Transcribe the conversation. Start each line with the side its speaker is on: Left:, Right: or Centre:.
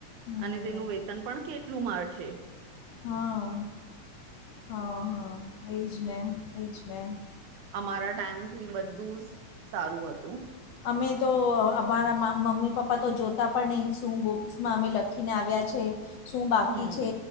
Left: હમ
Right: અને તેનું વેતન પણ કેટલું મળશે
Left: હન, હન, હન એ જ ને, એ જ ને.
Right: અમારા ટાઈમથી બધું સ સારું હતું.
Left: અમે તો અ-અમારા મા મમ્મી-પપ્પા તો જોતા પણ નઈ, શું બુક્સમાં અમે લખીને આવ્યા છે. શું બાકી
Right: હમ
Left: છે,